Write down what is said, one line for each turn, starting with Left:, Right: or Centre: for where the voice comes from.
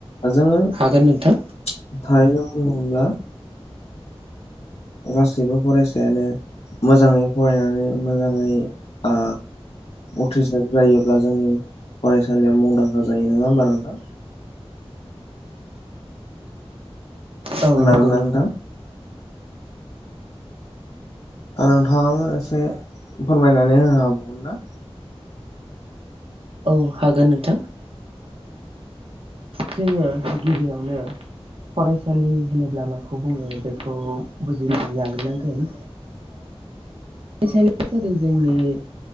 Left: जोङो
Right: हागोन नोंथां
Left: थारैनो बुङोब्ला गासैबो फरायसायानो मोजाङै फरायनानै मोजाङै आ उथ्रिसार जायोब्ला जोंनि फरायसालियाव मुंदांखा जायो नङा होमबा नोंथां
Right: औ
Left: खादोंना
Right: नंगौ
Left: नोंथां नोंथाङाबो एसे फोरमायनानै होनो हाबावगोन ना
Right: औ हागोन नोंथां जोङो गिबियावनो फरायसालि होनोब्ला माखौ बुङो बेखौ बुजिनानै लाग्रोनांगोन फरायसालिया जादों जोंनि